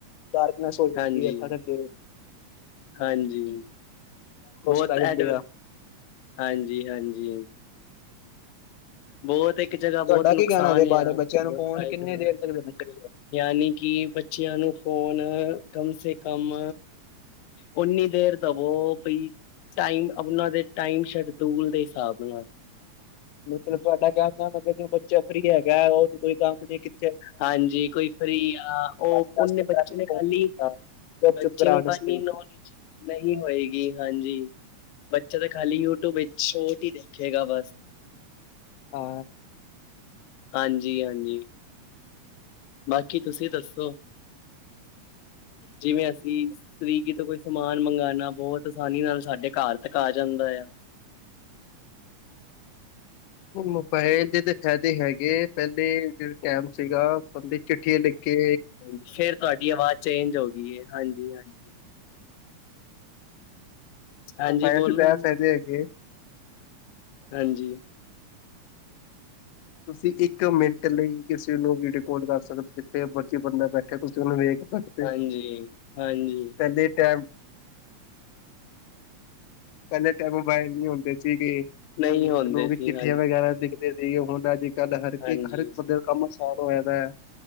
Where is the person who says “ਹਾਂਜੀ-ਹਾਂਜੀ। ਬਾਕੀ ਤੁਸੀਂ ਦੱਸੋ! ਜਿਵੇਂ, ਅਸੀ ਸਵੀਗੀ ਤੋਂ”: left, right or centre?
Left